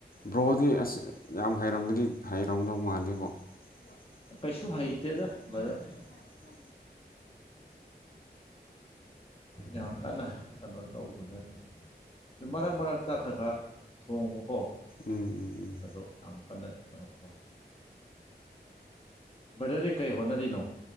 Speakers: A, on the left; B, on the left.
A: ꯕ꯭ꯔꯣꯗꯤ ꯑꯁ ꯌꯥꯝ ꯍꯩꯔꯝꯒꯗꯤ ꯍꯩꯔꯝꯗꯧ ꯃꯥꯥꯟꯂꯦꯕꯣ ꯄꯩꯁꯨ
B: ꯀꯩꯁꯨ ꯍꯩꯇꯦꯗ
A: ꯍꯥꯏꯗ
B: ꯕ꯭ꯔꯗꯔ ꯌꯥꯝ ꯀꯟꯅ ꯀꯩꯅꯣ ꯇꯧꯕ ꯅꯠꯇꯦ ꯃꯔꯛ ꯃꯔꯛꯇ ꯈꯔ ꯈꯔ ꯊꯣꯡꯕꯀꯣ
A: ꯎꯝ ꯎꯝ ꯎꯝ
B: ꯑꯗꯣ ꯌꯥꯝ ꯀꯥꯟꯗ ꯀ ꯇꯧꯕꯗ ꯕꯗꯗꯤ ꯀꯩ ꯍꯣꯠꯅꯔꯤꯅꯣ